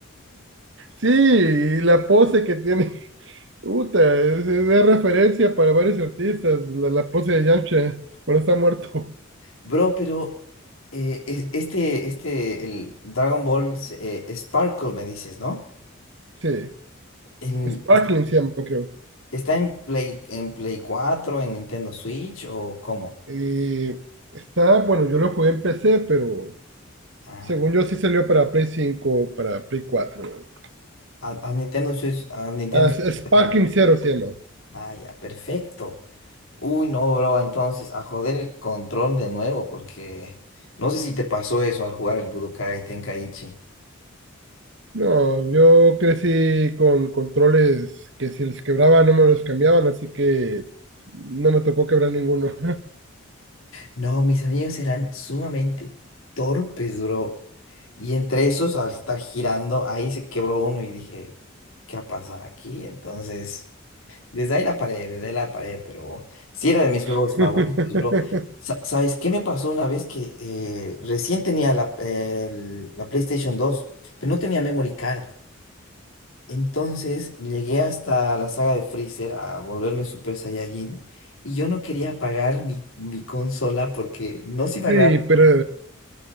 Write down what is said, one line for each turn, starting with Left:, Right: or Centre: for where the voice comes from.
Right: Sí, y la pose que tiene, puta, es, es de referencia para varios artistas, la, la pose de Yamcha cuando está muerto.
Left: Bro, pero eh, es- este, este, el Dragon Ball eh, Sparkle, me dices, ¿no?
Right: Sí,
Left: En-
Right: Sparkling
Left: está,
Right: se llama, creo.
Left: está en Play, en Play 4 en Nintendo Switch o cómo?
Right: Y está, bueno, yo lo jugué en PC, pero
Left: Ah,
Right: según yo sí salió para Play 5, para Play 4.
Left: a, a Nintendo Switch, a Nintendo
Right: Ah,
Left: Switch.
Right: Sparkling
Left: dejar.
Right: Zero se llama.
Left: Ah, ya, perfecto. Uy, no, bro, entonces a joder el control de nuevo, porque no sé si te pasó eso al jugar el Budokai Tenkaichi.
Right: No, yo crecí con controles que si les quebraba no me los cambiaban, así que no me tocó quebrar ninguno.
Left: No, mis amigos eran sumamente torpes, bro. Y entre esos, al estar girando, ahí se quebró uno y dije, ¿qué ha pasado aquí? Entonces, desde ahí la paré, desde ahí la paré, pero sí era de mis juegos
Right: <laughs>
Left: favoritos, bro. Sa- ¿Sabes qué me pasó una vez que eh, recién tenía la, el- la PlayStation dos pero no tenía memory card? Entonces llegué hasta la saga de Freezer a volverme Super Saiyajin y yo no quería apagar mi, mi consola porque no se iba
Right: Sí,
Left: a grabar
Right: pero,